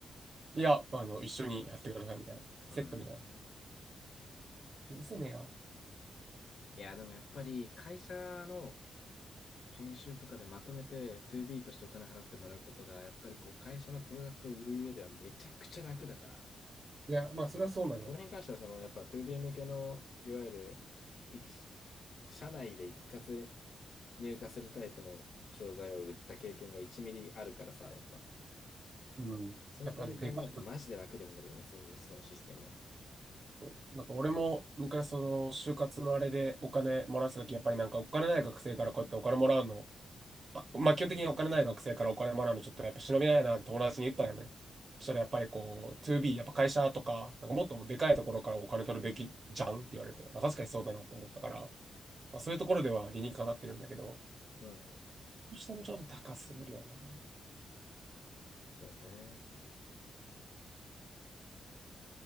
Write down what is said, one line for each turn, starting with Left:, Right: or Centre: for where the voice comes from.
Right: う。いや、あの、一緒にやってくださいみたいな。セットみたいな。
Left: うーん。
Right: うるせえねよ。
Left: いや、でもやっぱり会社の研修とかでまとめて 2B としてお金払ってもらうことが、やっぱりこう会社のプロダクトを売る上ではめちゃくちゃ楽だから、
Right: いや、まあ、それはそうなんよ。
Left: これに関してはそのやっぱ 2B 向けの、いわゆるい社内で一括入荷するタイプの商材を売った経験が1ミリあるからさ、やっぱ
Right: うん。
Left: その点で考えるとマジで楽ではあるよね、
Right: やっぱね、でかい
Left: そういうそのシステム。
Right: そうなんか俺も昔その就活のあれでお金もらってた時やっぱりなんかお金ない学生からこうやってお金もらうの、あ、まあ基本的にお金ない学生からお金もらうのちょっとやっぱ忍びないなって友達に言ったよね。そしたらやっぱりこう 2B、やっぱ会社とか、なんかもっとでかいところからお金取るべきじゃんって言われて、まあ確かにそうだなと思ったから、まあ、そういうところでは理にかなってるんだけど、
Left: うん、
Right: そしてもちょっと高すぎるよな。い
Left: そうね。